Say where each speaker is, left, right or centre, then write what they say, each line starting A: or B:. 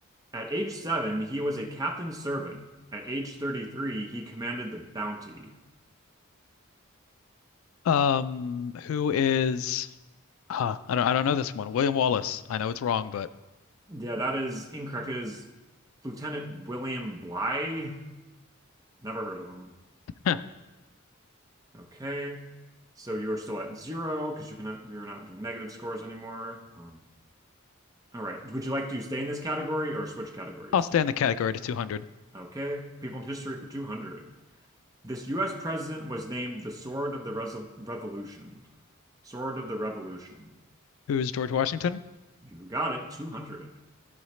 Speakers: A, on the right (about 15°); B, on the left (about 80°).
A: At age 7, he was a captain's servant. At age 33, he commanded the Bounty.
B: Um, who is? Huh, I don't. I don't know this one. William Wallace. I know it's wrong, but
A: Yeah, that is incorrect. It is Lieutenant William Bly. Never heard of him.
B: huh,
A: Okay. So you are still at zero because you cannot we are not doing negative scores anymore. Um, all right. Would you like to stay in this category or switch categories?
B: I'll stay in the category to 200.
A: Okay. People in history for 200. This US president was named the Sword of the Resol Revolution. Sword of the Revolution.
B: Who is George Washington?
A: You got it. 200.